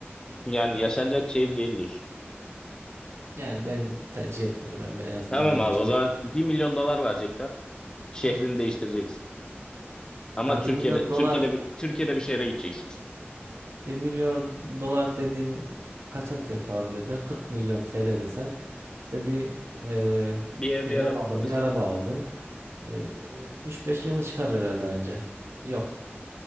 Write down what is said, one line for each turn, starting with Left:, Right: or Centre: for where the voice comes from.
Left: Yani yaşanacak şehir değil diyorsun.
Right: Yani ben tercih etmiyorum yani en azından
Left: Tamam
Right: benim
Left: abi
Right: için.
Left: o zaman bir milyon dolar verecekler. Şehrini değiştireceksin. Ama
Right: Ya
Left: Türkiye'de
Right: bir milyon
Left: Türkiye'de
Right: dolar
Left: bir, Türkiye'de bir şehre gideceksin.
Right: bir milyon dolar dediğin kaça tekabül eder? 40 milyon TL desen işte bir e,
Left: Bir ev
Right: bir
Left: bir
Right: ev
Left: araba
Right: aldın,
Left: parası.
Right: bir araba aldın. E, 3-5 yılını çıkar herhalde anca. Yok.